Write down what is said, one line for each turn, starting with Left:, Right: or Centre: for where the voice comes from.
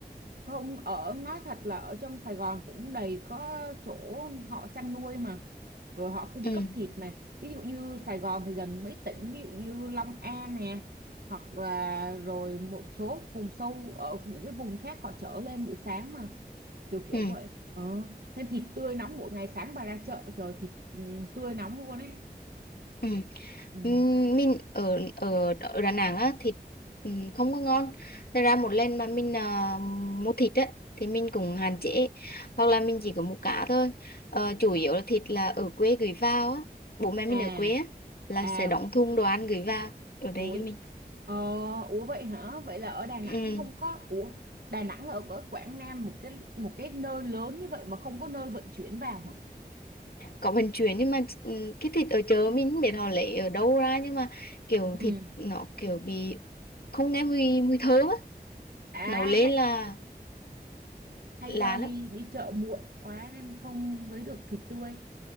Right: không ở nói thật là ở trong Sài Gòn cũng đầy có chỗ họ chăn nuôi mà rồi họ cung
Left: ừ
Right: cấp thịt mà ví dụ như Sài Gòn thì gần mấy tỉnh ví dụ như Long An nè hoặc là rồi một số vùng sâu ở những cái vùng khác họ chở lên buổi sáng mà kiểu kiểu
Left: ừ
Right: vậy ờ. nên thịt tươi nóng mỗi ngày sáng bà ra chợ chờ thịt ừ, tươi nóng luôn ấy
Left: ừ
Right: ừ.
Left: Ừm, mình ở ở ở Đà Nẵng á thịt ừm, không có ngon Thật ra một lần mà mình à, mua thịt á thì mình cũng hạn chế hoặc là mình chỉ có mua cá thôi Ờ, chủ yếu là thịt là ở quê gửi vào á bố mẹ mình
Right: à
Left: ở quê á là
Right: à
Left: sẽ đóng thùng đồ ăn gửi vào ở đây
Right: Ủi,
Left: cho mình
Right: ờ, ủa vậy hả? Vậy là ở Đà Nẵng
Left: Ừ.
Right: không có, ủa Đà Nẵng là ở ở Quảng Nam một cái một cái nơi lớn như vậy mà không có nơi vận chuyển vào hả?
Left: có vận chuyển nhưng mà ừ, cái thịt ở chợ mình không biết họ lấy ở đâu ra nhưng mà kiểu
Right: Ừ.
Left: thịt nó kiểu bị không nghe mùi mùi thơm á
Right: À
Left: nấu lên là
Right: hay, hay
Left: lạ
Right: do đi
Left: lắm
Right: đi chợ muộn quá nên không lấy được thịt tươi.